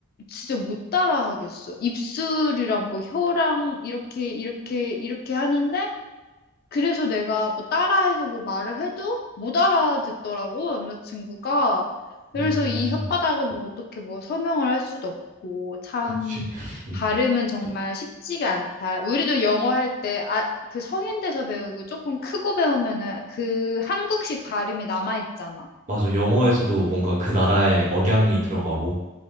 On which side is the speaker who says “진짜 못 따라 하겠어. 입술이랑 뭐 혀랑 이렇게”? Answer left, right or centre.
Left